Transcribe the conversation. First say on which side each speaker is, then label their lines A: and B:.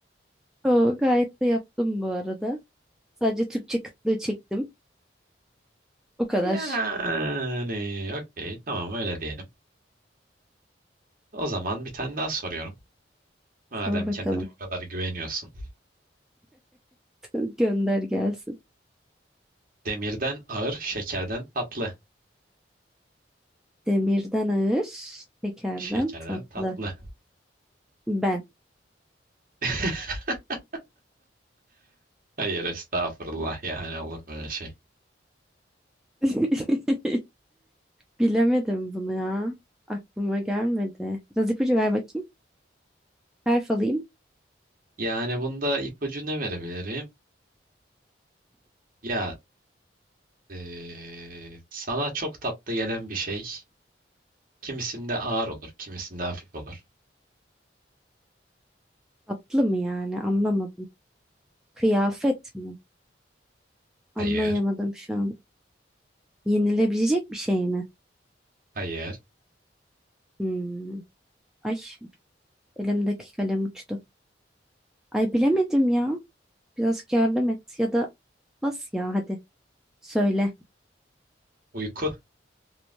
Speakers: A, in the centre; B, on the right.
A: O gayet de yaptım bu arada. Sadece Türkçe kıtlığı çektim. O kadar.
B: Yani okey tamam öyle diyelim. O zaman bir tane daha soruyorum. Madem
A: Sor bakalım.
B: kendine o kadar güveniyorsun.
A: <laughs> Gönder gelsin.
B: Demirden ağır, şekerden tatlı.
A: Demirden ağır, tekerden
B: Şekerden
A: tatlı.
B: tatlı.
A: Ben.
B: <laughs> Hayır estağfurullah yani olur mu öyle şey?
A: <laughs> Bilemedim bunu ya. Aklıma gelmedi. Biraz ipucu ver bakayım. Harf alayım.
B: Yani bunda ipucu ne verebilirim? Ya Ee, sana çok tatlı gelen bir şey. Kimisinde ağır olur, kimisinde hafif olur.
A: Tatlı mı yani? Anlamadım. Kıyafet mi?
B: Hayır,
A: Anlayamadım şu an. Yenilebilecek bir şey mi?
B: hayır.
A: Hmm. Ay, elimdeki kalem uçtu. Ay bilemedim ya. Biraz yardım et ya da bas ya hadi. Söyle.
B: Uyku.